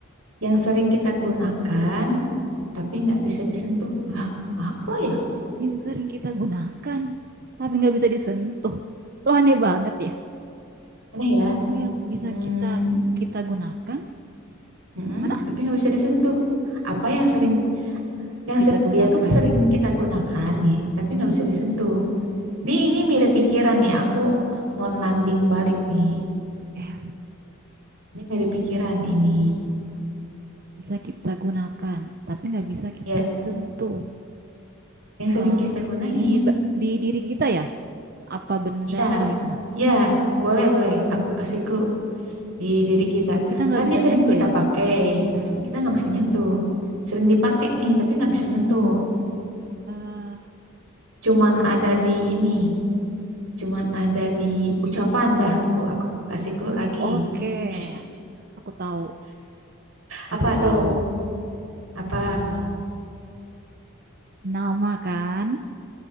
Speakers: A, on the right (about 80°); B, on the right (about 45°).
A: yang sering kita gunakan tapi nggak bisa disentuh? Lah, apa ya?
B: yang sering kita gunakan tapi nggak bisa disentuh? Lo aneh banget ya.
A: Aneh ya.
B: Oh, yang bisa
A: Hmm,
B: kita kita gunakan
A: mm-mm,
B: Mana?
A: tapi nggak bisa disentuh. Apa yang sering, yang
B: Kita
A: ser-
B: gunakan.
A: dia tuh sering kita gunakan nih,
B: Mm-mm.
A: tapi nggak bisa disentuh. Nih, ini mirip pikiran nih. Aku mau nanding balik nih.
B: Eh,
A: Ini mirip pikiran ini.
B: mm. Bisa kita gunakan tapi nggak bisa kita
A: Ya,
B: sentuh.
A: yang sering
B: Eh,
A: kita gunain.
B: di, di diri kita ya? Apa benda
A: Iya,
B: apa gimana?
A: ya, boleh, boleh. Aku kasih clue di diri kita.
B: Kita nggak
A: Kan
B: bisa
A: dia sering
B: nyentuh
A: kita
B: ya?
A: pakai,
B: Mm-mm.
A: tapi kita nggak bisa nyentuh. Sering dipakai nih, tapi nggak bisa nyentuh.
B: Eh,
A: Cuman ada di ini, cuman ada di ucapan dah. Aku aku kasih clue lagi.
B: Oke,
A: <laughs>
B: aku tahu,
A: Apa
B: aku tahu
A: tuh? Apa?
B: eh nama kan